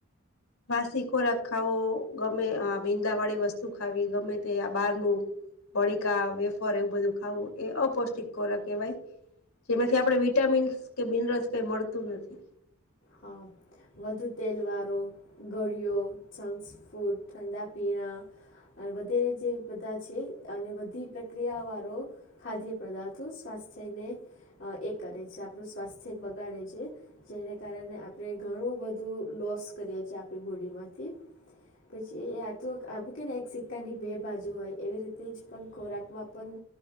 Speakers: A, on the left; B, on the left.
A: વાસી ખોરાક ખાવો ગમે, આ ભીંદાવાળી વસ્તુ ખાવી ગમે, તે આ બારનું પડીકા, વેફર એવું બધું ખાવું એ અપૌષ્ટિક ખોરાક કહેવાય. જેમાંથી આપડે વિટામિન્સ કે મિનરલ્સ કઈ મળતું નથી.
B: હા વધુ તેલવારો, ગળિયો, જંક્સ ફૂડ, ઠંડા પીણા વધેરે જે બધા છે અને વધી પ્રક્રિયા વાળો ખાદ્ય પદાર્થ થું સ્વાસ્થ્યને અ એ કરે છે આપડુ સ્વાસ્થ્ય બગાડે છે. જેને કારણે આપડે ઘણું બધું લોસ કરીએ છીએ આપડી બોડીમાંથી પછી એ આ તો આપુ કેરાય એક સિક્કાની બે બાજુ હોય. એવી રીતે જ પણ ખોરાકમાં પણ